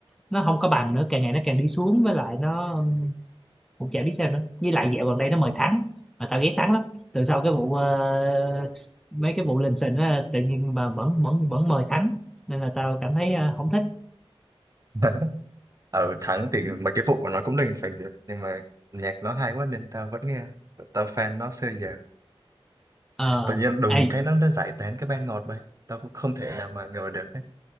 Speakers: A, in the centre; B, on the right (about 35°).
A: nó không có bằng nữa càng ngày nó càng đi xuống với lại nó cũng chả biết sao nữa với lại dạo gần đây nó mời Thắng mà tao ghét Thắng lắm từ sau cái vụ ờ, mấy cái vụ lình xình á tự nhiên mà vẫn vẫn vẫn mời Thắng nên là tao cảm thấy ờ, không thích
B: <laughs> Ở thắng thì mà cái vụ của nó cũng linh sành Việt nhưng mà nhạc nó hay quá nên tao vẫn nghe tao fan nó xưa giờ
A: ờ
B: tự nhiên đùng
A: ê
B: cái nó nó giải tán cái ban ngọt bay tao cũng không thể nào mà ngờ được ấy.